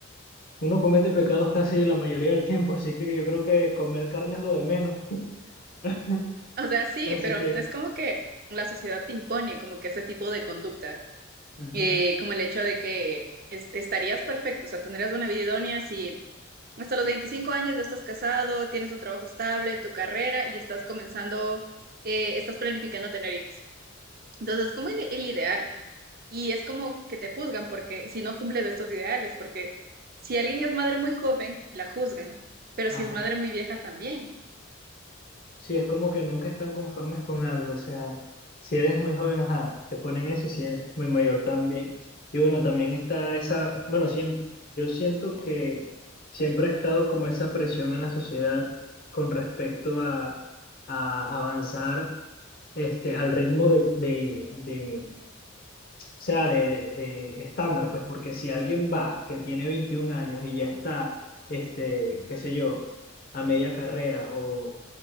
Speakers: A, on the left (about 50°); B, on the right (about 50°).
A: Uno comete pecados casi la mayoría del tiempo, así que yo creo que comer carne es lo de menos. <laughs>
B: O sea, sí,
A: Así
B: pero
A: que,
B: es como que la sociedad te impone como que ese tipo de conducta,
A: ujú,
B: eh, como el hecho de que es- estarías perfecto, o sea, tendrías una vida idónea si Hasta los 25 años ya estás casado, tienes un trabajo estable, tu carrera y estás comenzando, eh, estás planificando tener hijos. Entonces, es como el, el ideal. Y es como que te juzgan porque si no cumples estos ideales, porque si alguien es madre muy joven, la juzgan, pero
A: ajá.
B: si es madre muy vieja también.
A: Sí, es como que nunca están conformes con algo. O sea, si eres muy joven, ajá, te ponen eso, si eres muy mayor también. Y bueno, también está esa, bueno, siem- yo siento que siempre ha estado como esa presión en la sociedad con respecto a, a avanzar este, al ritmo de, de, O sea, de, de estándar, pues, porque si alguien va que tiene 21 años y ya está, este, qué sé yo, a media carrera o